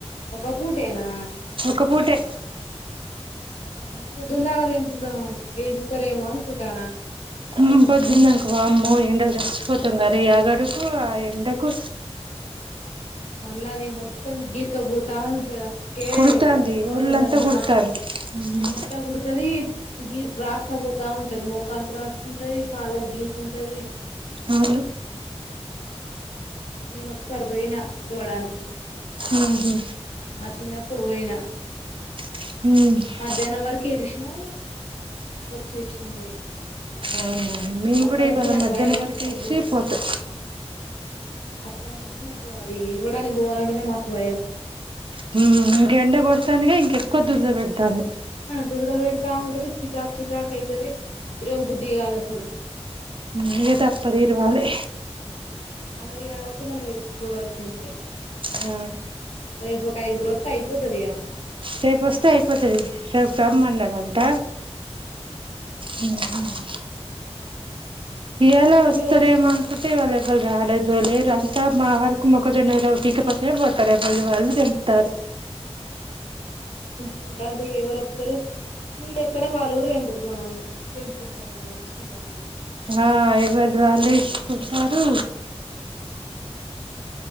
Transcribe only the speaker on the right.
ఒక్క పూటే
ఉమ్ పొద్దుందనుకో వామ్మో ఎండ చచ్చపోతాం క రే ఆగడకు ఆ ఎండకు
కుడుతాంది
ఒళ్ళంతా
కుడుతాంది మ్మ్
అవును
ఆహా
హ
అవునా మేము
కూడా ఇవాళ
మధ్యాహ్నం
వరకు
ఇడిచి పోతాం
హ గెండ కొడతానుగా ఇంక ఎక్కువ దూర్ద పెడతాఅన్ ది
ఇగడప్పదుఇరవాలి
ఆ
రేపు వస్తే అయిపోతది రేపు రమ్మన్నారంట హ <inaudible> ఇయ్యాలా
వస్తారేమె
అనుకుంటే ఇవళ వాళ్ళు రాలేదు దోలే అంతా మా వరకు మొక్క జొన్నఏదో పికపోతే పోతరు ఎవళది వాళ్ళు తెం పుతారు
అ ఎవరిది వల్లే ఇచ్చుకుంటారు